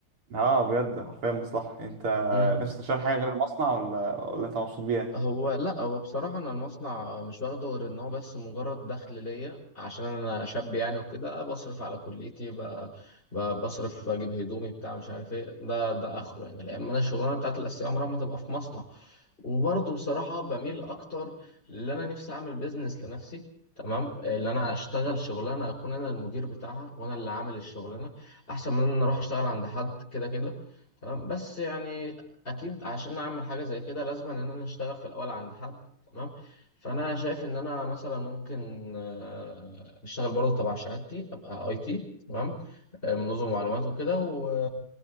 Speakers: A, on the right; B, on the left.
A: اه بجد حرفيا مصلحه انت
B: امم
A: نفسك تشتغل حاجه غير المصنع ولا ولا انت مبسوط بيها
B: هو لا هو بصراحة أنا المصنع مش واخده غير إن هو بس مجرد دخل ليا عشان أنا شاب يعني وكده بصرف على كليتي ب- ب- بصرف أجيب هدومي بتاع مش عارف إيه ده ده آخره يعني لأن أنا الشغلانة بتاعت الأساسية عمرها ما تبقى في مصنع وبرضه بصراحة بميل أكتر اللي أنا نفسي أعمل بيزنس لنفسي تمام اللي أنا أشتغل شغلانة أكون أنا المدير بتاعها وأنا اللي عامل الشغلانة أحسن من إن أنا أروح أشتغل عند حد كده كده تمام بس يعني اكيد عشان اعمل حاجه زي كده لازم ان انا اشتغل في الاول عند حد تمام فانا شايف ان انا مثلا ممكن آه، اشتغل برضه تبع شهادتي ابقى اي تي تمام آه، من نظم معلومات وكده و...